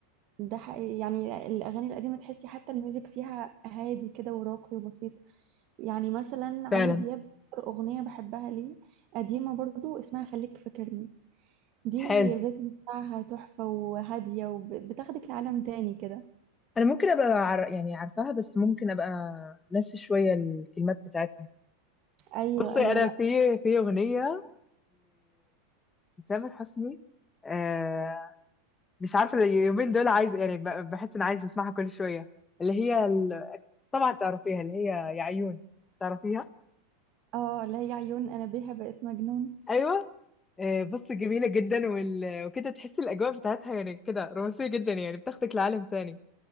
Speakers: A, on the right; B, on the left.
A: ده حقيقي يعني الاغاني القديمه تحسي حتى الميوزك فيها هادي كده وراقي وبسيط يعني مثلا عمرو
B: فعلا
A: دياب أكتر اغنيه بحبها ليه قديمه برضو اسمها خليك فاكرني دي
B: حلو
A: الريتم بتاعها تحفة وهادية وبتاخدك لعالم تاني كده
B: انا ممكن ابقى عر... يعني عارفاها بس ممكن ابقى ناسي شويه الكلمات بتاعتها
A: أيوة
B: بصي
A: أيوة
B: انا
A: لأ
B: في في اغنيه لتامر حسني آه مش عارفه اليومين دول عايز يعني ب- بحس ان عايز اسمعها كل شويه اللي هي ال... طبعا تعرفيها اللي هي يا عيون تعرفيها
A: اه لا هي عيون أنا بيها بقيت مجنون
B: ايوه آه بصي جميله جدا وال... وكده تحسي الاجواء بتاعتها يعني كده رومانسيه جدا يعني بتاخدك لعالم تاني